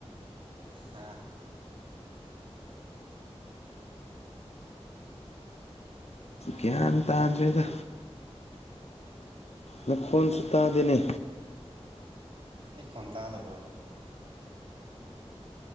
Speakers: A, on the right (about 50°); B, on the left (about 70°).
A: ꯍꯥꯥ
B: ꯒ꯭ꯌꯥꯟ
A: ꯀꯩ ꯏꯟꯁꯥꯡ
B: ꯇꯥꯗ꯭ꯔꯦꯗ
A: ꯆꯥꯔꯒꯦ ꯕ꯭ꯔꯣ
B: ꯅꯈꯣꯟꯁꯨ ꯇꯥꯗꯦꯅꯦ
A: ꯑꯩ ꯈꯣꯟ ꯇꯥꯗꯕ꯭ꯔꯣ